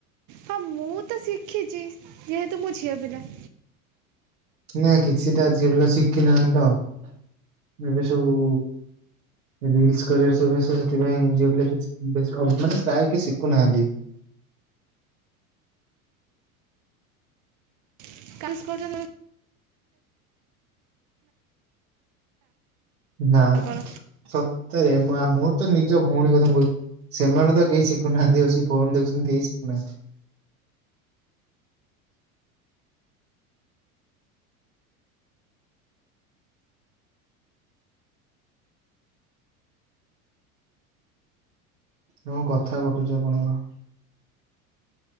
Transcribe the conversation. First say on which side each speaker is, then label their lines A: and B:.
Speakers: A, on the right; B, on the right.
A: ହଁ ମୁଁ ତ ଶିଖିଛି ଯେହେତୁ ମୁଁ ଝିଅ ପିଲା।
B: ନା କିଛିଟା ଝିଅ ପିଲା ଶିଖି ନାହାନ୍ତି ତ। ଏବେ ସବୁ ରିଲ୍ସ କରିବାରେ ସବୁ ବ୍ୟସ୍ତ ସେଥିପାଇଁ ଝିଅ ପିଲା ବିସ୍ ମାନେ ପ୍ରାୟ କିଏ ଶିଖୁନାହାନ୍ତି।
A: <unintelligible>
B: ନା
A: କଣ
B: ସତରେ ମୁଁ ତ ନିଜ ଭଉଣୀ କଥା ମୁଁ କହୁ ସେମାନେ ତ କେହି ଶିଖୁନାହାନ୍ତି ବସିକି ଫୋନ ଦେଖୁଛନ୍ତି କେହି ଶିଖୁନାହାନ୍ତି। ହଁ କଥା କଟୁଛି ଆପଣଙ୍କର।